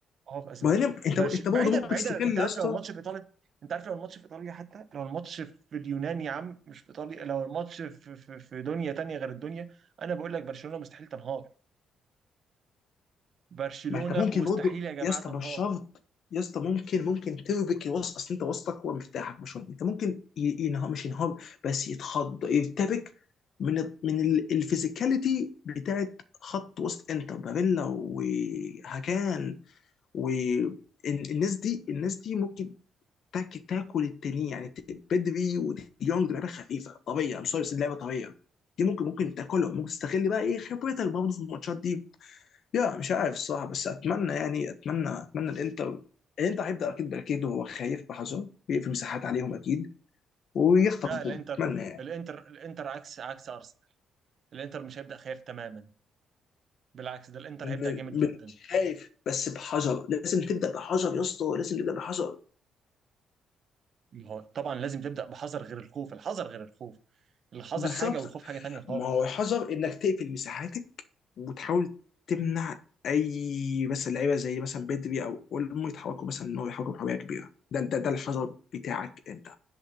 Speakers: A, on the right; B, on the left.
A: اه في اسبانيا
B: وبعدين انت
A: برش...
B: انت برضه
A: بعيدا
B: ممكن
A: بعيدا
B: تستغل
A: انت عارف
B: يا اسطى
A: لو الماتش في ايطاليا انت عارف لو الماتش في ايطاليا حتى لو الماتش في اليونان يا عم مش في ايطاليا لو الماتش في في, في دنيا تانية غير الدنيا انا بقول لك برشلونة مستحيل تنهار برشلونة
B: ما انت ممكن
A: مستحيل
B: برضه
A: يا جماعة
B: يا اسطى
A: تنهار
B: مش شرط يا اسطى ممكن ممكن تربك الوسط اصل انت وسطك هو مفتاحك مش انت ممكن ي- ينهار مش ينهار بس يتخض يرتبك من ال- من ال- الفيزيكاليتي بتاعت خط وسط انتر باريلا وهاكان والناس دي الناس دي ممكن تاك تاكل التانيين يعني ت- بدري وديونج دي لعبه خفيفه طبيعيه ام سوري بس اللعبه طبيعيه دي ممكن ممكن تاكلهم ممكن تستغل بقى ايه خبرتك برضه في الماتشات دي يا مش عارف الصراحه بس اتمنى يعني اتمنى اتمنى الانتر الانتر هيبدا اكيد باكيد وهو خايف بحذر بيقفل مساحات عليهم اكيد ويخطف
A: لا الانتر
B: جون اتمنى يعني
A: الانتر الانتر عكس عكس ارسنال الانتر مش هيبدأ خايف تماما بالعكس ده الانتر
B: م-
A: هيبدأ جامد جدا
B: م- خايف بس بحذر لازم تبدا بحذر يا اسطى لازم تبدا بحذر
A: ما هو طبعا لازم تبدأ بحذر غير الخوف الحذر غير الخوف الحذر
B: بالظبط
A: حاجة والخوف حاجة تانية خالص
B: ما هو الحذر انك تقفل مساحاتك وتحاول تمنع اي بس اللعيبه زي مثلا بدري او اولمو يتحركوا مثلا ان هو يحركوا بحريه كبيره ده ده ده الحذر بتاعك انت